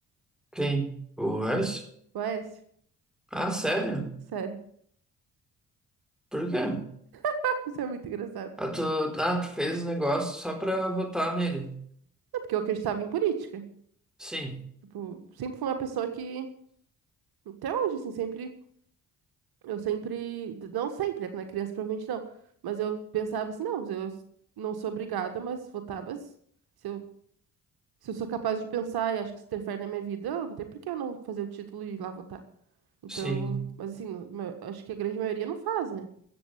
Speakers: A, in the centre; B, on the right (about 65°).
A: Quem? O Wes?
B: O Aécio.
A: Ah, sério?
B: Sério.
A: Por quê?
B: <laughs> Isso é muito engraçado.
A: Ah, tu, ah, tu fez o negócio só pra votar nele.
B: Não, porque eu acreditava em política.
A: Sim,
B: Tipo, sempre fui uma pessoa que, até hoje, assim, sempre Eu sempre, não sempre, né? Quando é criança, provavelmente não. Mas eu pensava assim, não, eu não sou obrigada, mas votar, mas se eu, se eu sou capaz de pensar e acho que isso interfere na minha vida, eu não tem por que eu não fazer o título e ir lá votar. Então,
A: sim.
B: mas assim, no- ma- acho que a grande maioria não faz, né? Não